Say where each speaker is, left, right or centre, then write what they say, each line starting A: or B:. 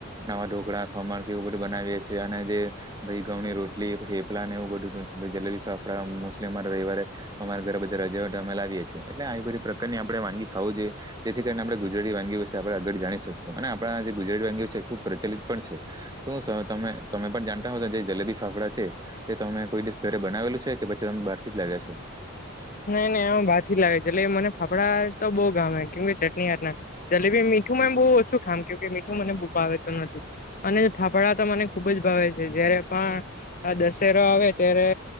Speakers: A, on the right; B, on the left.
A: આવા ઢોકળા, ખમણ કે એવું બધું બનાવીએ છીએ અને જે ભાઈ ઘઉ ની રોટલી, થેપલાને એવું બધું જલેબી ફાફડા મોસ્લી અમારે રવિવારે અમારા ઘરે બધા રજા હોય તો અમે લાવીએ છીએ. એટલે આવી બધી પ્રકારની આપણેે વાનગી ખાવું જોઈએ. જેથી કરીને આપણે ગુજરાતી વાનગીઓ વિશે આપણે આગળ જાણી શકશું. અને આપણા જે ગુજરાતી વાનગીઓ છે એ ખુબ પ્રચલિત પણ છે. શું તમે તમે પણ જાણતા હો જે જલેબી ફાફડા છે. તે તમે કોઈ દિવસ ઘરે બનાવેલું છે કે પછી તમે બહારથી જ લાવ્યા છો?
B: નહી નઈ અમે બારથી જ લાવ્યા. જલેબી મને ફાફડા તો બહુ ભાવે કેમ કે ચટણી આટલા જલેબી મીઠુંમાં એ બહુ ઓશું ખાવાનું કેમકે મીઠું મારે બવ ભાવેતું નથી. અને ફાફડા તો મને ખુબ જ ભાવે છે. જયારે પણ હા દશેરો આવે ત્યારે